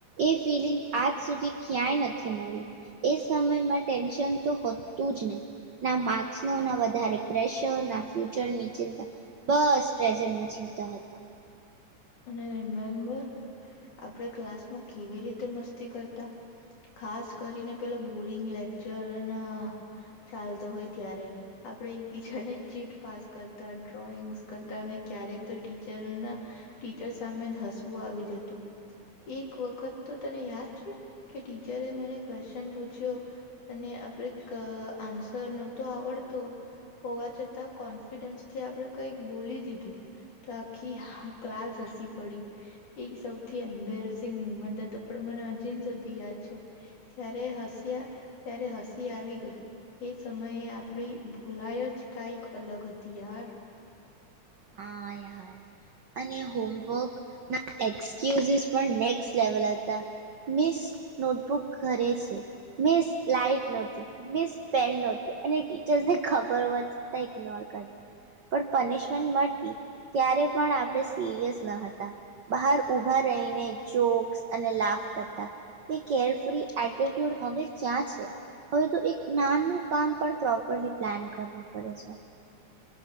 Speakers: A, on the right (about 75°); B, on the left (about 75°).
A: એ ફિલિંગ આજ સુધી ક્યાંય નથી મળી. એ સમયમાં ટેન્શન તો હોતું જ નહીં ના માર્ક્સનો ના વધારે પ્રેશર ના ફ્યુચરની ચિંતા બસ. પ્રેઝન્ટમાં જીવતા હતા.
B: અને રિમેમ્બર આપણે ક્લાસમાં કેવી રીતે મસ્તી કરતા ખાસ કરીને પેલા બોરિંગ લેક્ચર ના ચાલતો હોય ત્યારે આપણે એકબીજાને ચીટ પાસ કરતા ડ્રોઈંગસ કરતા અને ક્યારેક તો ટીચરના. ટીચર સામે જ હસવું આવી જતું એક વખત તો તને યાદ છે કે ટીચરે મને ક્વેશ્ચન પૂછ્યો અને આપણે આન્સર નહોતો આવડતો હોવા છતાં કોન્ફિડન્સથી આપણે કંઈક બોલી દીધું તો આખીા. ક્લાસ હસી પડી એ સૌથી એમ્બેરેસિંગ મુમેન્ટ તો પણ મને અજીિન સુધી યાદ છે ત્યારે હસ્યા ત્યારે હસી આવી ગઈ એ સમયે આપડી ભૂલાય જ કઈક અલગ હતી યાર.
A: હા યાર અને હોમવર્ક ના એક્સક્યુઝસ પણ નેક્ લેવલ હતા મિસ નોટબુક ઘરે છે મિસ લાઈટ નહતી મિસ પેન નતું અને ટીચર્સને ખબર વધતા ઇગ્નોર કરતા પણ. મળ ત્યારે પણ આપણે સિરિયસ ન હતા બહાર ઉભા રહીને જોક્સ અને લાફ કરતા એ કેરફ્રી એટ્યુડ હવે ક્યાં છે હવે તો એક નાનું કામ પણ પ્રોપરલી પ્લાન કરવું પડે છે.